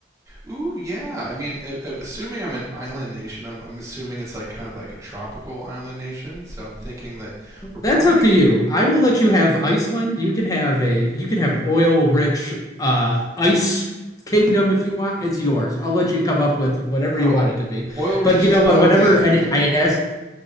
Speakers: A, on the right; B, on the left.
A: Ooh, yeah. I mean, a- a- assuming I'm an island nation, I'm, I'm assuming it's like kind of like a tropical island nation. So I'm thinking that we're probably
B: That's up
A: good.
B: to you. I will let you have Iceland. You can have a you can have an oil-rich uh ice kingdom if you want. It's yours. I'll let you come up with whatever
A: Oh,
B: you want it to be.
A: oil rich
B: But you
A: is
B: know
A: probably
B: what? Whenever
A: a.
B: any I ask,